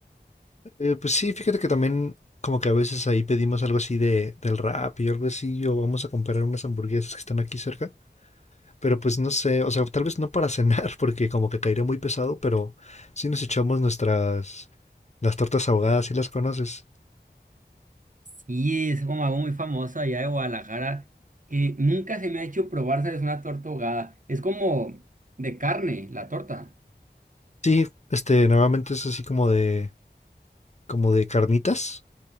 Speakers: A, on the left; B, on the right.
A: Eh, pues sí, fíjate que también como que a veces ahí pedimos algo así de, del rap y algo así, o vamos a comprar unas hamburguesas que están aquí cerca, pero pues no sé, o sea, tal vez no para cenar, <laughs> porque como que caería muy pesado, pero sí nos echamos nuestras, las tortas ahogadas, si las conoces.
B: Y es como algo muy famoso allá de Guadalajara que nunca se me ha hecho probar, es Una torta ahogada. Es como de carne, la torta.
A: Sí, este, normalmente es así como de, como de carnitas,